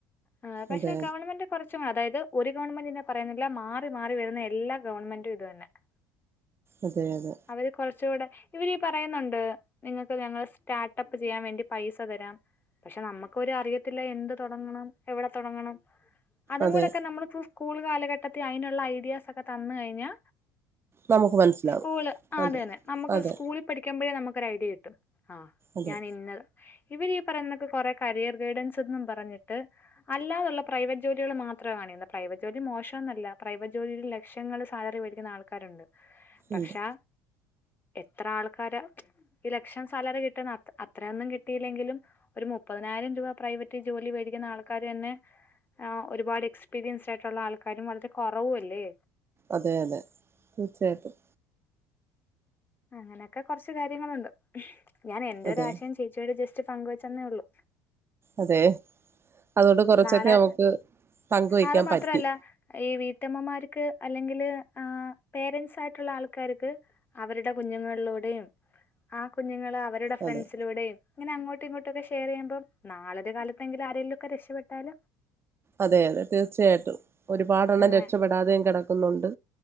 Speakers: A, on the left; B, on the right.
A: ആഹ് പക്ഷെ
B: അതെ
A: ഗവൺമെന്റ് കുറച്ചും അതായത് ഒരു ഗവൺമെന്റിനെ പറയുന്നില്ല മാറി മാറി വരുന്ന എല്ലാ ഗവൺമെന്റും ഇതു തന്നെ <inaudible>
B: അതെ അതെ
A: അവര് കൊറച്ചൂടെ ഇവരീ പറയുന്നുണ്ട്. നിങ്ങൾക്ക് ഞങ്ങൾ സ്റ്റാർട്ടപ്പ് ചെയ്യാൻ വേണ്ടി പൈസ തരാം പക്ഷെ നമ്മുക്കൊരു അറിയി ത്തിലെ എന്ത് തുടങ്ങണം എവിടെ തുടങ്ങണം അതും
B: അതെ
A: കൂടൊക്കെ നമ്മള് ഫൂഫ് കൂളു കാലഘട്ടത്തിൽ അതിനുള്ള ഐഡിയാസൊക്കെ തന്ന് കഴിഞ്ഞാ
B: നമുക്ക് മനസ്സിലാവും
A: സ്കൂള് ആഹ്
B: അതെ
A: അതന്നെ നമ്മക്ക്
B: അതെ
A: സ്കൂളി പഠിക്കുമ്പോഴേ നമ്മുക്കൊരു ഐഡിയ കിട്ടും ആഹ്
B: അതെ
A: ഞാനിന്ന ഇവരീ പറയുന്നൊക്കെ കൊറേ കരിയർ ഗൈഡൻസ് എന്നും പറഞ്ഞിട്ട് അല്ലാതുള്ള പ്രൈവറ്റ് ജോലികള് മാത്രാണെന്ത് പ്രൈവറ്റ് ജോലി മോശോന്നല്ല പ്രൈവറ്റ് ജോലി ലക്ഷങ്ങള് സാലറി വേടിക്കുന്ന ആൾക്കാരുണ്ട് പക്ഷാ
B: ഉണ്ട്
A: എത്ര ആൾക്കാര ഈ ലക്ഷം സാലറി കിട്ടുന്ന അത്ത് അത്രയൊന്നും കിട്ടിയില്ലെങ്കിലും ഒരു മുപ്പതിനായിരം രൂപ പ്രൈവറ്റ് ക്കി ജോലി വേടിക്കുന്ന ആൾക്കാര് തന്നെ ആഹ് ഒരുപാട് എക്സ്പീരിയൻസ് ആയിട്ടുള്ള ആൾക്കാരും വളരെ കുറവുവല്ലേ?
B: അതെ അതെ തീർച്ചയായിട്ടും
A: അങ്ങനെയൊക്കെ കൊറച്ച് കാര്യങ്ങളുണ്ട് ഞാൻ എൻ്റൊരാശയം
B: അതെ
A: ചേച്ചിയോട് ജസ്റ്റ് പങ്കുവച്ചെന്നേ ഉള്ളു
B: അതെ അതുകൊണ്ട് കുറച്ചൊക്കെ
A: നാളെ
B: നമുക്ക് പങ്കുവയ്ക്കാൻ
A: അത് മാത്രമല്ല
B: പറ്റി.
A: ഈ വീട്ടമ്മമാരുക്ക് അല്ലെങ്കില് ആഹ് പേരന്റ്സായിട്ടുള്ള ആൾക്കാരുക്ക് അവരുടെ കുഞ്ഞുങ്ങളൂടെയും ആഹ് കുഞ്ഞുങ്ങള അവ രുട ഫ്രണ്ട്സിലൂടെയും
B: അതെ
A: ഇങ്ങനെ അങ്ങോട്ടു ഇങ്ങോട്ടൊക്കെ ഷെയറ് ചെയ്യുമ്പോ നാളൊരു കാലത്തെിങ്കിലും ആരേലുവൊക്കെ രക്ഷപ്പെടു <inaudible>
B: അതെ അതെ തീർച്ചയായിട്ടും ഒരുപാടണ്ണം
A: അങ്ങനെ
B: രക്ഷപ്പെടാതെയും കിടക്കുന്നുണ്ട്.